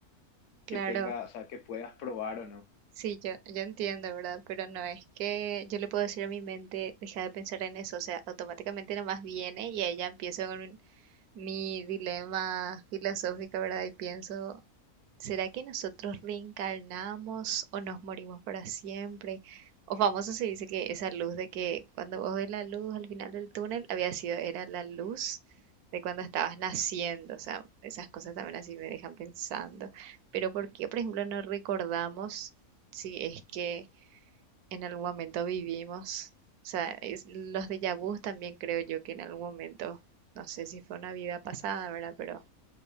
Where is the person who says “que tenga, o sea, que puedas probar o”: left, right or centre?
Left